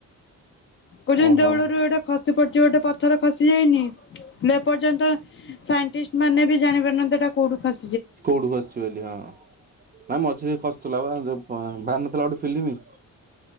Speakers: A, on the left (about 40°); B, on the right (about 30°).
A: କହୁଚନ୍ତି
B: ଓହୋ
A: ଦେଉଳରୁ ଏଟା ଖସିପଡିଚି ଗୋଟେ ପଥର ଖସି ଯାଇନି? ଏପର୍ଯ୍ୟନ୍ତ ସାଇଣ୍ଟିଷ୍ଟ୍ ମାନେ ବି ଜାଣି ପାରୁନାହାନ୍ତି ଏଟା କଉଠୁ ଖସ୍
B: କଉଠୁ ଖସିଚି ବୋଲି ହଁ- ନା ମଝିରେ ଖସୁଥିଲା ବା ଯଉ କ -ବାହାରିନଥିଲା ଗୋଟେ ଫିଲିମି?